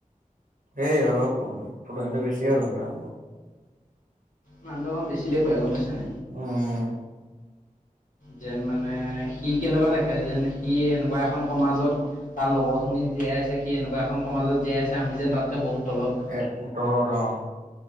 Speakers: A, on the right; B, on the left.
A: এই অলপ ফুটনিটো বেছি অলপ তা ভাগৰ।
B: মানুহটো অলপ বেছি দেখুৱাই, গম পাইছ নাই?
A: উম।
B: যেন মানে সি কেনেকুৱা দেখাই যেন সি এনেকুৱা এখন সমাজত তাৰ লগৰখিনি জীয়াই আছে। সি এনেকুৱা এখন সমাজত জীয়াই আছে আমি যেন তাতকে বহুত তলত।
A: এ তলত অ।